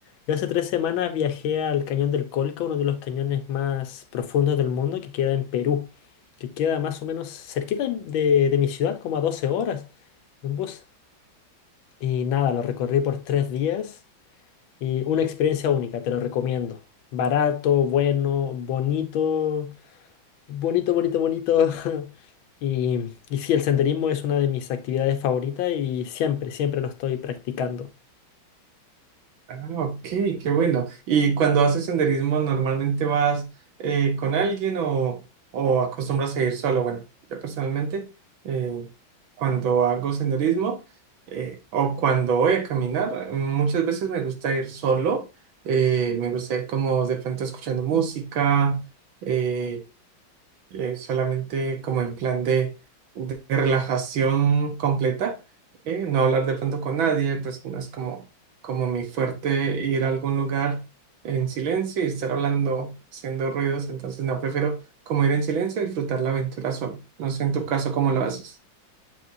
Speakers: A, on the left; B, on the right.
A: Yo hace tres semanas viajé al Cañón del Colca, uno de los cañones más profundos del mundo que queda en Perú, que queda más o menos cerquita de, de mi ciudad, como a 12 horas en bus. Y nada, lo recorrí por tres días y una experiencia única, te lo recomiendo. Barato, bueno, bonito, bonito, bonito, bonito. <laughs> Y, y sí, el senderismo es una de mis actividades favoritas y siempre, siempre lo estoy practicando.
B: Ah, ok, qué bueno. ¿Y cuando haces senderismo, normalmente vas eh, con alguien o, o acostumbras a ir solo? Bueno, yo personalmente, eh, cuando hago senderismo eh, o cuando voy a caminar, muchas veces me gusta ir solo, eh, me gusta ir como de pronto escuchando música. eh, eh, solamente como en plan de, de relajación completa, eh, no hablar de pronto con nadie, pues no es como, como mi fuerte ir a algún lugar en silencio y estar hablando, haciendo ruidos, entonces no, prefiero como ir en silencio y disfrutar la aventura solo. No sé en tu caso cómo lo haces.